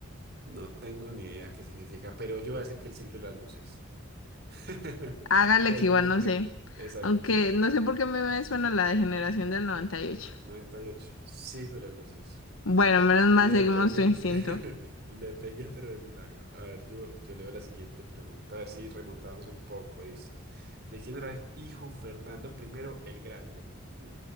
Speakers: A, on the right; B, on the left.
A: no tengo ni idea qué significa, pero yo voy a decir que el siglo de las luces. <laughs>
B: Hágale
A: Por
B: que
A: algún
B: igual
A: motivo.
B: no sé.
A: Exacto,
B: Aunque
A: no.
B: no sé por qué a mí me suena la de generación del 98.
A: noventa y ocho. Siglo de las luces.
B: Bueno, menos mal
A: Le
B: seguimos
A: pegué,
B: su instinto.
A: <laughs> le pegué, pero de milagro. A ver, yo, yo leo la siguiente pregunta, a ver si remontamos un poco. Dice, ¿de quién era hijo Fernando primero el Grande? Hmm.